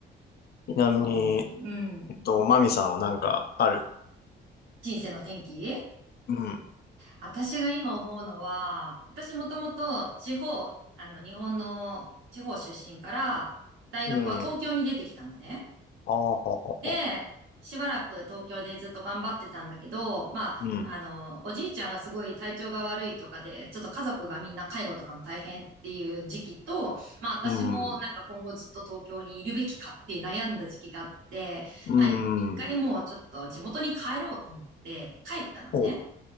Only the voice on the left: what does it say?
ちなみに、
えっと、マミさんはなんかある。
うん。
うん。ああ、ははは。
うん。
うん。う
ん。お、